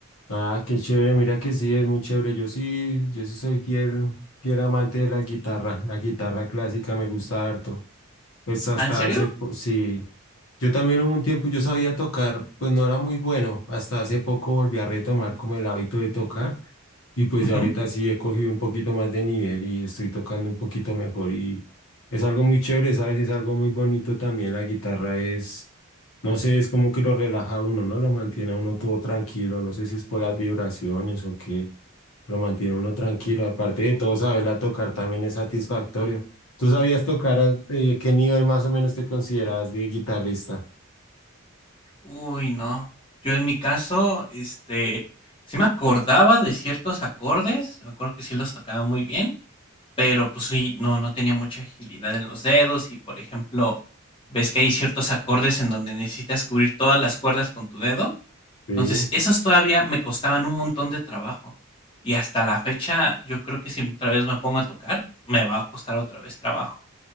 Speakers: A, on the left (about 70°); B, on the left (about 25°).
A: Ah, qué chévere. Mira que sí, es muy chévere. Yo sí, yo sí soy fiel, fiel amante de la guitarra. La guitarra clásica me gusta harto. Pues hasta
B: ¿Ah, en serio?
A: hace, po- sí. Yo también hubo un tiempo, yo sabía tocar, pues no era muy bueno. Hasta hace poco volví a retomar como el hábito de tocar y pues
B: Ujú.
A: ya ahorita sí he cogido un poquito más de nivel y estoy tocando un poquito mejor y es algo muy chévere, ¿sabes? Es algo muy bonito también. La guitarra es, no sé, es como que lo relaja a uno, ¿no? Lo mantiene a uno todo tranquilo. No sé si es por las vibraciones o qué, lo mantiene a uno tranquilo. Aparte de todo, saberla tocar también es satisfactorio. ¿Tú sabías tocar a eh, qué nivel más o menos te consideras de guitarrista?
B: Uy, no. Yo en mi caso, este, sí me acordaba de ciertos acordes, me acuerdo que sí los tocaba muy bien, pero pues sí, no, no tenía mucha agilidad en los dedos y por ejemplo, ves que hay ciertos acordes en donde necesitas cubrir todas las cuerdas con tu dedo.
A: Sí.
B: Entonces, esas todavía me costaban un montón de trabajo. Y hasta la fecha, yo creo que si otra vez me pongo a tocar, me va a costar otra vez trabajo.